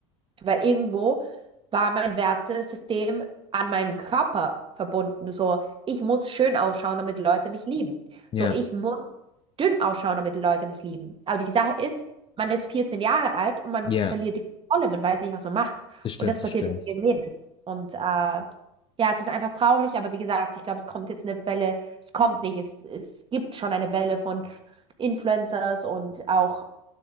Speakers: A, on the right; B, on the left.
A: Weil irgendwo war mein Wertesystem an meinem Körper verbunden. So, ich muss schön ausschauen, damit Leute mich lieben.
B: Ja.
A: So, ich muss dünn ausschauen, damit Leute mich lieben. Aber die Sache ist, man ist 14 Jahre alt und man
B: Ja.
A: verliert die Kontrolle. Man weiß nicht, was man macht.
B: Das stimmt,
A: Und das passiert
B: das stimmt.
A: mit vielen Mädels. Und äh, ja, es ist einfach traurig, aber wie gesagt, ich glaube, es kommt jetzt eine Welle. Es kommt nicht. Es, es gibt schon eine Welle von Influencers und auch